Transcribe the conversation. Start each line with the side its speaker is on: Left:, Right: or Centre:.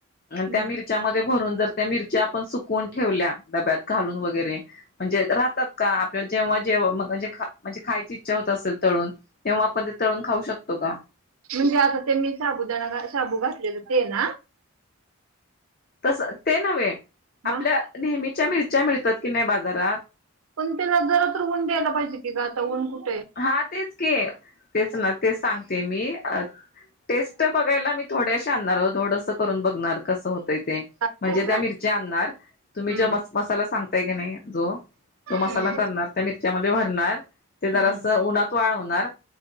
Right: हम्म.
Left: अण त्या मिरच्यांमध्ये भरून जर त्या मिरच्या आपन सुकून ठेवल्या डब्यात घालून वगरे म्हणजे राहतात का? जेव्हा जेे म्हजे खायची इच्छा होत असेल तळून तेव्हा आपण ते तळून खाऊ शकतो. का
Right: म्हणजे आता ते मी साबुदाणा घा साबू घातलेलं ते ना.
Left: तस ते नव्हे
Right: मग
Left: आपल्या नेहमीच्या मिरच्या मिळतात की नाही बाजारात.
Right: पण त्याला जरा तर ऊन द्यायला पाहिजे कि ग आता ऊन कुठ
Left: हा तेच की तेच ना तेच सांग ते मी टेस्ट बघायला मी थोड्याशी आणणार थोडस करून बघणार कस होत. यते
Right: चालतंय
Left: म्हणजे
Right: चालतंय.
Left: त्या मिरच्या आणणार तुम्ही
Right: हम्म
Left: जे म मसाला सांगताय की नाही. जो तो मसाला
Right: हम्म
Left: करणार त्या मिरच्यामध्ये भरणार ते जरा
Right: हम्म
Left: अस उन्हात वाळून नाय